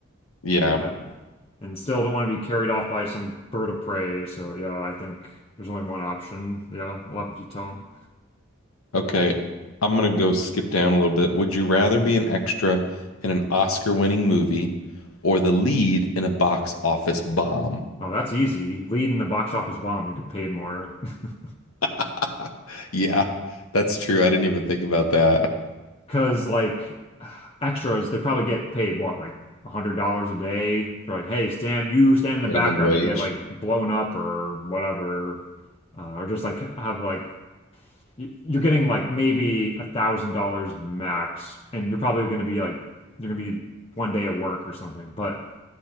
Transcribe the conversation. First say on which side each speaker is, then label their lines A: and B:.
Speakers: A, on the left (about 85°); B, on the left (about 25°).
A: Yeah.
B: yeah and still don't want to be carried off by some bird of prey so yeah I think there's only one option yeah 11 feet tall
A: Okay. I'm gonna go skip down a little bit. Would you rather be an extra in an Oscar-winning movie or the lead in a box office bomb?
B: oh that's easy lead in the box office bomb you get paid more <laughs>
A: <laughs> Yeah, that's true. I didn't even think about that.
B: Because like extras, they probably get paid what like a hundred dollars a day for like, hey, stand you stand in
A: Minimum
B: the background
A: wage.
B: and get like blown up or whatever, uh, or just like have like y- you're getting like maybe a thousand dollars max, and you're probably going to be like you're going to be one day at work or something, but